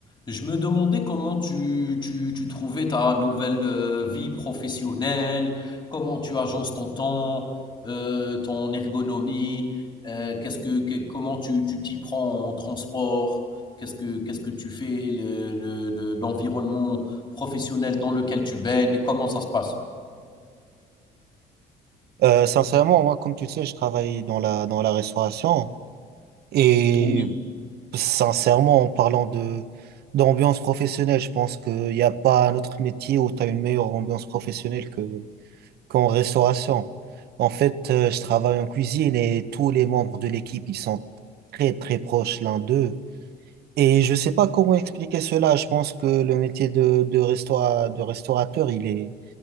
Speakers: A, on the left; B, on the right.
A: Je me demandais comment tu, tu, tu trouvais ta nouvelle euh, vie professionnelle, comment tu agences ton temps, euh, ton ergonomie, euh, qu'est-ce que, que- comment tu, tu t'y prends en transport, qu'est-ce que, qu'est-ce que tu fais, le, le- le- l'environnement professionnel dans lequel tu baignes, comment ça se passe?
B: Euh, sincèrement, moi, comme tu le sais, je travaille dans la, dans la restauration. Et
A: Oui,
B: sincèrement, en parlant de, d'ambiance professionnelle, je pense qu'il n'y a pas un autre métier où tu as une meilleure ambiance professionnelle que, qu'en restauration. En fait, euh, je travaille en cuisine et tous les membres de l'équipe, ils sont très, très proches l'un d'eux. Et je sais pas comment expliquer cela. Je pense que le métier de, de, restaura- de restaurateur, il est,